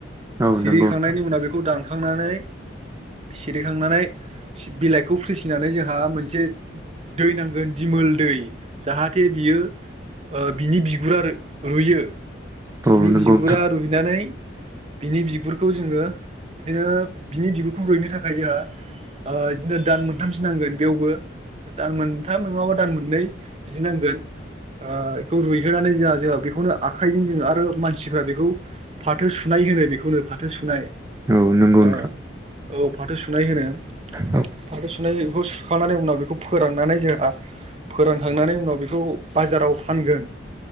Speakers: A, on the right; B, on the right.
A: औ
B: सिरिखांनायनि
A: नंगौ नोंथां
B: उनाव बेखौ दानखांनानै सिरिखांनानै बिलाइखौ फ्रिसिनानै जोंहा मोनसे। दै नांगोन दिमोल दै जाहाथे बियो। बिनि बिगुरा रुयो
A: औ
B: बिनि
A: नंगौ
B: बिगुरा
A: नोंथां
B: रुयनानै। बिनि बिगुरखौ जोङो बिदिनो बिनि बिगुरखौ रुयनो थाखाय जोंहा। ओ बिदिनो दान मोनथामसो नांगोन बेयावबो। दान मोनथाम नङाबा दान मोननै बिदि नांगोन। ओ बेखौ रुयहोनानै जोंहा जोंहा बेखौनो आखाइजों जोङो आरो मानसिफ्रा बेखौ फाथो सुनाय। होनो बेखौनो फाथो सुनाय।
A: औ नोंगौ
B: ओ
A: नोंथां।
B: औ फाथो सुनाय होनो
A: औ
B: फाथो सुनायखौ सुखांनानै उनाव बेखौ। फोराननानै जोंहा फोरानखांनानै उनाव बेखौ बाजाराव फानगोन।